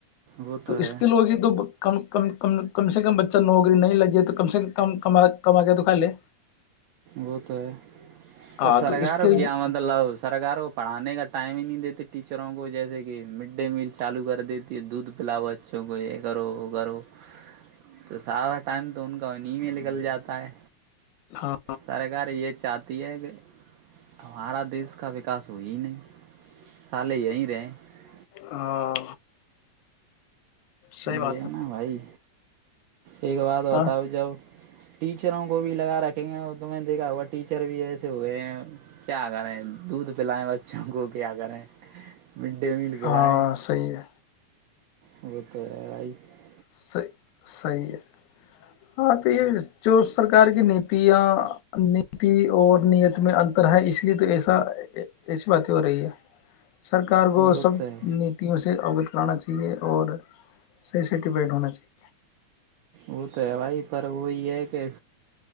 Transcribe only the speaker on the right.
وہ
ہے
گوت <unintelligible>
تو سرکوں
کیا
مطلب سرار کو پڑھانے کا ٹائم ہی نہیں دیتا ٹیچروں کو جیسے کہ مڈ ڈے میل چالو کر دیتی ہے دودھ پلاؤ بچوں کو یہ کرو وہ کرو تو ساراا ٹائم تو ان کا تو انیں میں نکل جاتا ہے
سرکار یہ چاہتا کہ ہمارا دیش کا وکاس ہوئی نہیں سالے یہیں رہے <unintelligible>
یہ نا بھائی ایک بات
بتاؤ
جب ٹیچروں کو بھی لگا رکھیں گے اور تو میں نے دیکھا ہوا ٹیچر بھی ایسے ہوئے ہیں کیا کریں دودھ پلائے بچوں کو کیا کریں مڈ ڈے میل کےائے
وہ توئی <unintelligible>
وہ
تو ہے
وہ تو ہے بھائی پر وہی ہے کہ